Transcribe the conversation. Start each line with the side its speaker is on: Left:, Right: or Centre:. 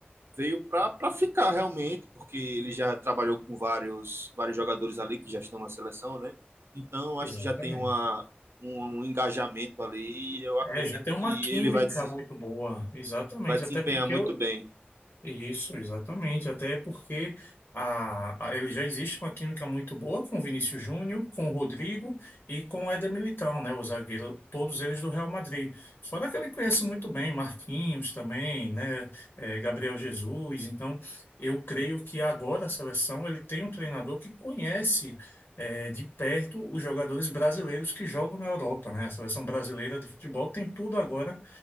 Right: veio para ficar realmente, porque ele já trabalhou com vários, vários jogadores ali que já estão na seleção, né? Então, acho
Left: Exatamente.
Right: que já tem uma, um, um engajamento ali e eu acredito
Left: É, já tem
Right: que
Left: uma química
Right: ele vai, des-
Left: muito boa, exatamente,
Right: vai desempenhar
Left: até porque
Right: muito
Left: eu,
Right: bem.
Left: Isso, exatamente. Até porque a, a- ele já existe uma química muito boa com o Vinícius Júnior, com o Rodrigo e com o Éder Militão, né? O zagueiro, todos eles do Real Madrid. Fora que ele conhece
Right: Sim.
Left: muito bem Marquinhos também, né? eh, Gabriel Jesus. Então, eu creio que agora a seleção ele tem um treinador que conhece. eh, de perto os jogadores brasileiros que jogam na Europa, né? A seleção brasileira de futebol tem tudo agora